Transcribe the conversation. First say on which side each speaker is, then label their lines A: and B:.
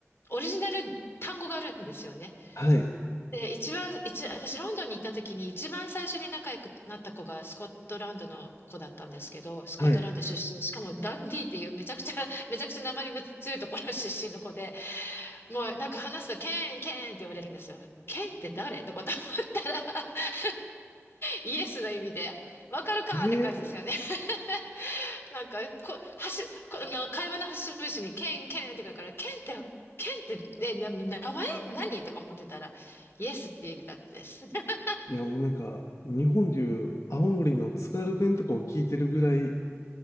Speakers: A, on the left; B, on the left.
A: オリジナル単語があるんですよね。
B: はい。
A: で、一番、一、私、ロンドンに行った時に、一番最初に仲良くなった子がスコットランドの子だったんですけど、スコットランド出身、
B: はい。
A: しかもダンディーっていうめちゃくちゃ、めちゃくちゃ訛りの強いところ出身の子で、もうなんか話すと、ケン、ケンって言われるんですよ。ケンって誰とかと思ったら、<laughs> イエスの意味で、わかるかって感じですよね。
B: えー、
A: <laughs> なんか、こ、はし、この、会話の節々に、ケン、ケンってくるから、ケンって、ケンって、ね、な名前何とか思ってたら、イエスっていう意味だったです。<laughs>
B: いやもうなんか、日本でいう青森の津軽弁とかを聞いてるぐらい、